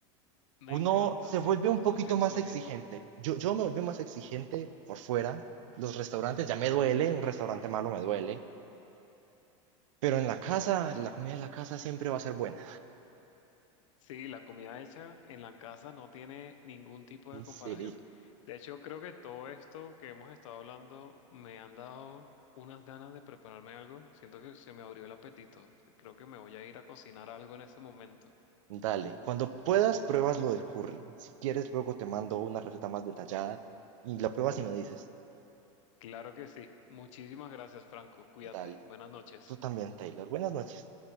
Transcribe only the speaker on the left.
me
encanta,
sí,
por
dos pienso
lo
mismo.
Sí, la comida hecha en la casa no tiene ningún tipo de comparación.
De hecho, creo que todo esto que hemos estado hablando me han dado unas ganas de prepararme algo. Siento que se me abrió el apetito. Creo que me voy a ir a cocinar algo en este momento.
Claro que sí. Muchísimas gracias, Franco. Cuídate.
Buenas noches.